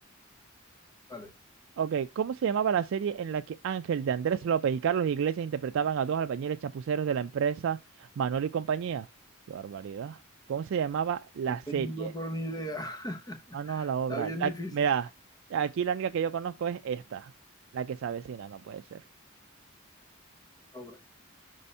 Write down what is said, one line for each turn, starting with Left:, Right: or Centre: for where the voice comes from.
Left: vale.
Right: Ok, ¿cómo se llamaba la serie en la que Ángel de Andrés López y Carlos Iglesias interpretaban a dos albañiles chapuceros de la empresa Manuel y compañía? Qué barbaridad. ¿Cómo se llamaba la
Left: No
Right: serie?
Left: tengo pero ni idea. <laughs>
Right: Manos a la obra.
Left: Está bien
Right: La,
Left: difícil
Right: mira, aquí la única que yo conozco es esta, la que se avecina, no puede ser.
Left: ahora.